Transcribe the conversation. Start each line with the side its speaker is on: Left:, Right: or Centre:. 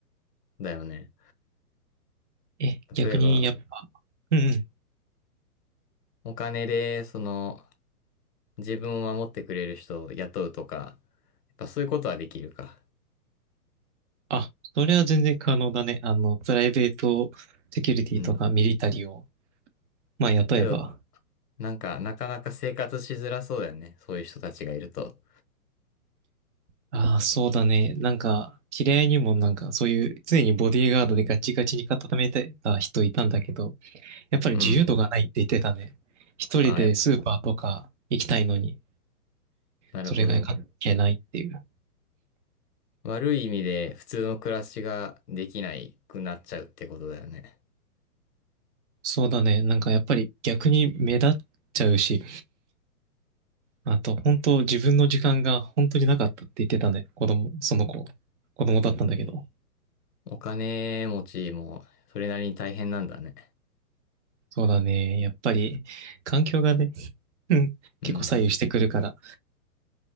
Left: だよね。
Right: え、逆に、
Left: 例えば、
Right: やっぱ、うんうん。
Left: お金で、その、自分を守ってくれる人を雇うとか、やっぱそういうことはできるか。
Right: あ、それは全然可能だね。あの、プライベートセキュリティとかミリタリーを、
Left: うん。
Right: まあ、雇えば。
Left: けど、なんか、なかなか生活しづらそうだよね。そういう人たちがいると。
Right: ああ、そうだね。なんか、知り合いにもなんか、そういう、常にボディーガードでガチガチに固めてた人いたんだけど、やっぱり自由度がないって言ってたね。
Left: うん。
Right: 一人でスーパーとか行きたいのに、
Left: ああ、やっなるほど。
Right: それが関係ないっていう。
Left: 悪い意味で普通の暮らしができないくなっちゃうってことだよね。
Right: そうだね。なんかやっぱり逆に目立っちゃうし、あと本当自分の時間が本当になかったって言ってたね。子供、その子、子供だったんだけど。
Left: ええお金持ちもそれなりに大変なんだね。
Right: そうだね。やっぱり環境がね、うん結構左右してくるから。
Left: うん。